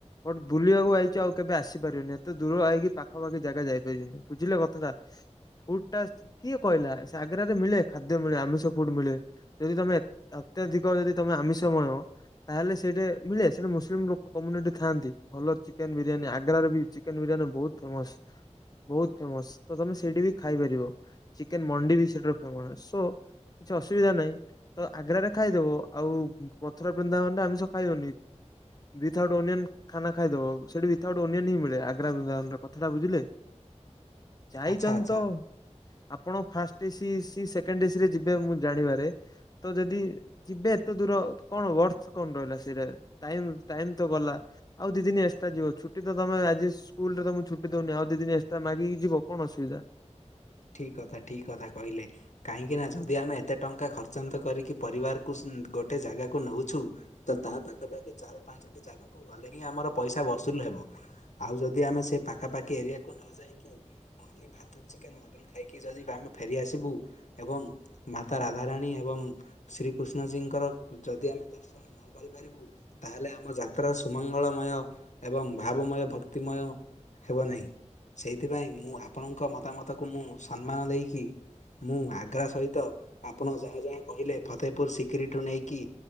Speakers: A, on the left (about 30°); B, on the left (about 80°).
A: ବଟ ବୁଲିବାକୁ ଆଇଛ। ଆଉ କେବେ ଆସି ପାରିବନି ଏତେ ଦୂର ଆଇକି ପାଖାପାଖି ଜାଗା ଯାଇପାର ବ ବୁଝିଲେ କଥାଟା ଫୁଡ ଟା କିଏ କହିଲା ସେ ଆଗ୍ରରେ ମିଳେ ଖାଦ୍ୟ ମିଳେ ଆମିଷ ଫୁଡ ମିଳେ ଯଦି ତମେ ଅତ୍ୟଧିକ ଯଦି ତମେ ଆମିଷମୟ ତାହେଲେ ସେଇଟା ମିଳେ ସେଇଠା ମୁସଲିମ ଲୋକ କମ୍ୟୁନିଟି ଥାଆନ୍ତି। ଭଲ ଚିକେନ ବିରିୟାନୀ ଆଗ୍ରାରେ ବି ଚିକେନ ବିରିୟାନୀ ବହୁତ ଫେମସ। ବହୁତ ଫେମସ ତ ତମେ ସେଇଠି ବି ଖାଇପାରିବ। ଚିକେନ ମଣ୍ଡି ବି ସେଠାରୁ ଫେମସ ସୋ କିଛି ଅସୁବିଧା ନାହିଁ। ତ ଆଗ୍ରାରେ ଖାଇଦବ, ଆଉ ମଥୁର, ବୃନ୍ଦାବନରେ ଆମିଷ ଖାଇବନି। ଦି ଥାଉଟ ଓନିୟନ ଖାନା ଖାଇଦବ। ସେଠି ଦି ଥାଉଟ ଓନିଅନ୍ ହିଁ ହୁଏ। ଆଗ୍ରା ବୁଲି କଥାଟା ବୁଝିଲେ ଯାଇଛନ୍ତି
B: ଆଚ୍ଛା ଆଚ୍ଛା
A: ତ ଆପଣ first AC C second AC ରେ ଯିବେ ମୁଁ ଜାଣିବାରେ ତ ଯଦି ଯିବେ ଏତେ ଦୂର କଣ ଅର୍ଥ କଣ ରହିଲା ସେଇଟା ଟାଇମ- ଟାଇମ ତ ଗଲା। ଆଉ ଦି ଦିନି ଏକ୍ସଟ୍ରା ଯିବ ଛୁଟି ତମେ ସ୍କୁଲରେ ତମେ ଛୁଟି ଦଉନି ଆଉ ଦି ଦିନି ଏସଟ୍ରା ମାଗିକିି ଯିବ କଣ ଅସୁବିଧା?
B: ଠିକ କଥା, ଠିକ କଥା କହିଲେ। କାହିଁକି ନା ଯଦି ଆମେ ଏତେ ଟଙ୍କା ଖର୍ଚ୍ଚାନ୍ତ କରିକି ପରିବାରକୁ ଗୋଟେ ଜାଗାକୁ ନଉଛୁ। ତ ତାହା ପାଖା ପାଖି ଚାରି ପାଞ୍ଚଟି ଜାଗାକୁ ଗଲେ ହିଁ ଆମର ପଇସା ବସୁଲ ହେବ। ଆଉ ଯଦି ଆମେ ସେ ପାଖାପାଖି ଏରିଆକୁ ନ ଯାଇକି ପୁରୀ, ଭାତ, ଚିକେନ ଖାଇକି ଯଦି ଆମେ ଫେରିଆସିବୁ। ଏବଂ ମାତା ରାଧାରାଣୀ ଏବଂ ଶ୍ରୀକୃଷ୍ଣଜୀଙ୍କର ଯଦି ଆମେ ଦର୍ଶନ ହୁମ କରିପାରିବୁ। ତାହେଲେ ଆମ ଯାତ୍ରା ସୁମଙ୍ଗଳମୟ ଏବଂ ଭାବମୟ, ଭକ୍ତିମୟ ହେବ ନାହିଁ। ସେଇଥିପାଇଁ ମୁଁ ଆପଣଙ୍କ ମତାମତକୁ ମୁଁ ସମ୍ମାନ ଦେଇକି ମୁଁ ଆଗ୍ରା ସହିତ ଆପଣ ଯାହା ଯାହା କହିଲେ ଫତେହପୁର ସିକ୍ରିଠୁ ନେଇକି